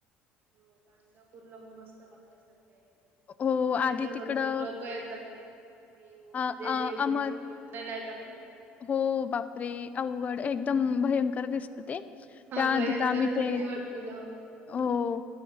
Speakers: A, on the right; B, on the left.
A: हो गांजापूरला पण मस्त बघण्यासारखं आहे.
B: हो
A: तिथे
B: आधी
A: तर भरपूर
B: तिकडं
A: लोक येतात ते देव
B: अ
A: म्हणजे
B: अ
A: जे भूत
B: अमर
A: वगैरे उतरावयाला येतात ना?
B: हो बापरे अवघड, एकदम भयंकर दिसत ते
A: हा
B: त्याआधी
A: भयंकर
B: तर आम्ही ते
A: भीती वाटते जाम
B: हो